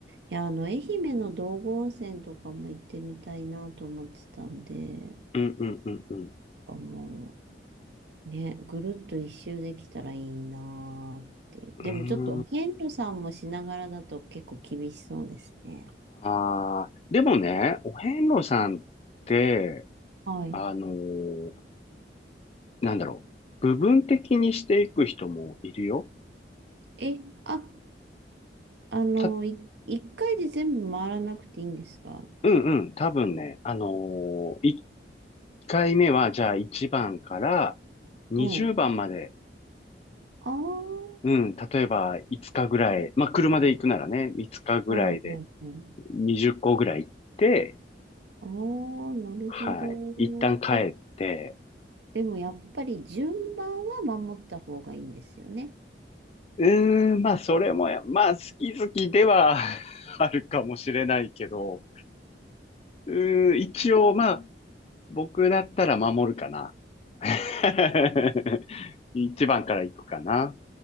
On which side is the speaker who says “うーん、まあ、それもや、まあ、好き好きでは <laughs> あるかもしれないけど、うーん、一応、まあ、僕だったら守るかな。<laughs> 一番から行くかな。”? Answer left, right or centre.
Left